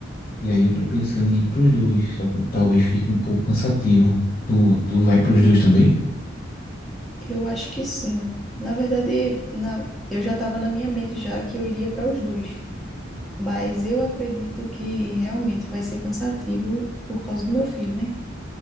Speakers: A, on the left (about 35°); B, in the centre.
A: E aí eu tô pensando em ir pros dois, só que talvez fique um pouco cansativo. Tu, tu vai pros dois também?
B: eu acho que sim. Na verdade, na- eu já estava na minha mente já que eu iria para os dois, mas eu acredito que realmente vai ser cansativo por causa do meu filho, né?